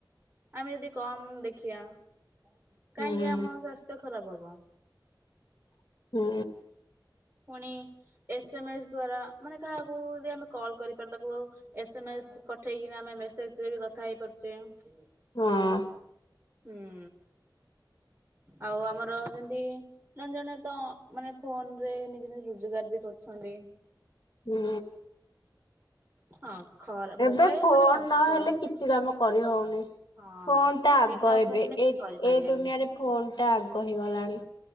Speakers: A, on the right; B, on the left.
A: ଆମେ ଯଦି କମ୍ ଦେଖିବା କାହିଁକି
B: ହୁଁ
A: ଆମ ସ୍ୱାସ୍ଥ୍ୟ ଖରାପ ହବ। କଅଁ
B: ହୁଁ।
A: ପୁଣି ଏସ୍ ଏମ୍ ଏସ୍ ଦ୍ଵାରା ମାନେ କାହାକୁ ଯଦି ଆମେ କଲ୍ କରିପାରୁ ତାକୁ ଏସ ଏମ ଏସ୍ ପଠେଇକିନା ଆମେ ମେସେଜରେ ବି କଥା ହେଇ ପାରୁଛେ।
B: ହଁ।
A: <inaudible> ହୁଁ। ଆଉ ଆମର ଯେମିତି ଜଣେ ଜଣେ ତ ମାନେ ଫୋନରେ ନିଜେ ନିଜେ ରୋଜଗାର ବି କରୁଛନ୍ତି।
B: ହୁଁ।
A: ହଁ। ଖରା ମୋବାଇଲ
B: ଏବେ ଫୋନ
A: ମାନେ କଣ
B: ନହେଲେ
A: ଖ
B: କିଛି କାମ କରିହଉନି
A: ହଁ
B: ଫୋନ୍ ଟା ଆଗ
A: ବିନା
B: ଏବେ
A: ଫୋନରେ
B: ଏ
A: କିଛି କରିପାରିବାନି
B: ଏଇ ଦୁନିଆରେ ଫୋନ୍ ଟା ଆ କହିଗଲାଣି